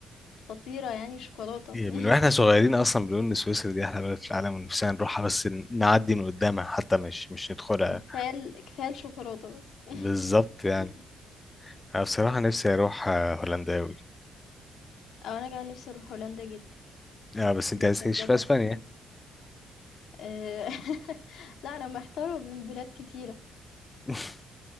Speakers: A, on the left; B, on the left.
A: خطيرة يعني شوكولاتة.
B: إيه،
A: <laughs>
B: من واحنا صغيرين اصلا بنقول ان سويسرا دي احلى بلد في العالم ونفسنا نروحها بس ن- نعدي من قدامها حتى مش مش ندخلها
A: ده كفاية ال- كفاية الشوكولاتة بس <laughs>
B: بالظبط يعني انا بصراحه نفسي اروح آه، هولندا اوي
A: او انا كمان نفسي اروح هولندا جدا
B: اه بس انت
A: هولندا
B: عايز تعيش
A: بجد
B: في اسبانيا
A: خطيرة آه، <laughs> لا انا محتارة بين بلاد كتيرة
B: <laughs>